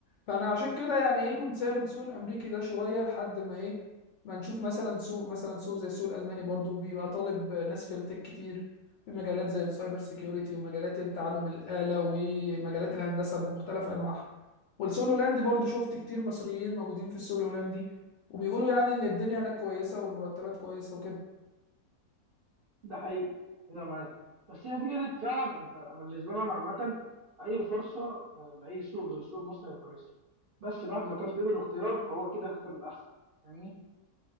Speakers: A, on the left; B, on the right.
A: فانا عشان كده يعني ايه كنت سايب السوق الامريكي ده شويه لحد ما ايه ما نشوف مثلا سوق مثلا سوق زي السوق الالماني برضو بيبقى طالب ناس في التك كتير في مجالات زي السايبر سيكيورتي ومجالات التعلم الاله ومجالات الهندسه بمختلف انواعها والسوق الهولندي برضو شفت كتير مصريين موجودين في السوق الهولندي وبيقولوا يعني ان الدنيا هناك كويسه والمرتبات كويسه وكده
B: ده حقيقي انا معاك بس هي فكره فعلا انت انا بالنسبه لي انا عامه اي فرصه آه، لاي سوق غير سوق مصر هي كويسه بس الواحد لو كان في ايده الاختيار فهو كده هيختار الاحسن فاهمني